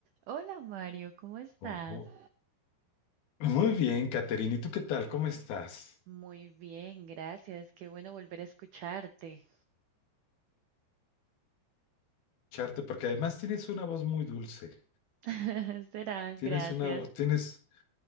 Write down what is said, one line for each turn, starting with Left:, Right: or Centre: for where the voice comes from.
Right: Hola Mario, ¿cómo estás?
Left: Ojo. Muy bien, Caterina. ¿Y tú qué tal? ¿Cómo estás?
Right: Muy bien, gracias. Qué bueno volver a escucharte.
Left: Charte, porque además tienes una voz muy dulce.
Right: <laughs> Será,
Left: Tienes
Right: gracias.
Left: una, vo- tienes,